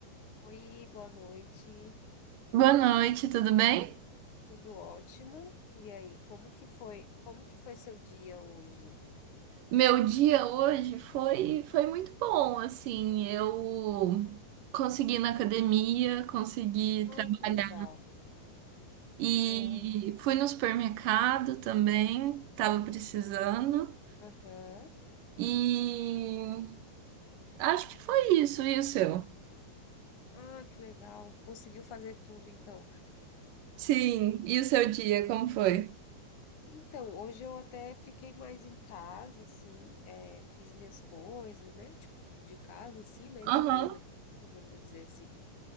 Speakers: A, on the left; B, on the right.
A: Oi, boa noite.
B: Boa noite, tudo bem?
A: Tudo ótimo? E aí, como que foi? Como que foi seu dia hoje?
B: Meu dia hoje foi foi muito bom, assim, eu consegui ir na academia, consegui
A: Ah,
B: trabalhar
A: que legal.
B: e
A: Ah,
B: fui no supermercado também, tava precisando
A: Aham.
B: e acho que foi isso, e o seu?
A: Ah, que legal. Conseguiu fazer tudo, então.
B: Sim, e o seu dia, como foi?
A: Então, hoje eu até fiquei mais em casa, assim, é, fiz minhas coisas, né? Tipo, de casa, assim, né?
B: Aham.
A: De dona de casa, vamos dizer assim.